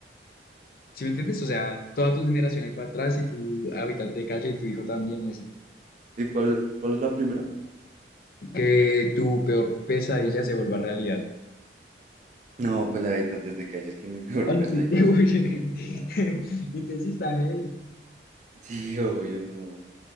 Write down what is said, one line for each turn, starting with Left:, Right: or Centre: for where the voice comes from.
Left: ¿Sí me entiendes? O sea, toda tu generación ahí para atrás y tu habitante de calle y tu hijo también y así.
Right: ¿Y cuál es, cuál es la primera?
Left: Que tu peor pesadilla se vuelva realidad.
Right: No, pues la de tantas de calles que mi peor
Left: Ah, no,
Right: pesadilla
Left: uy, <laughs>
Right: es
Left: uy, <laughs>
Right: paila, bro.
Left: Entonces, sí está, hey.
Right: Sí, obvio, no.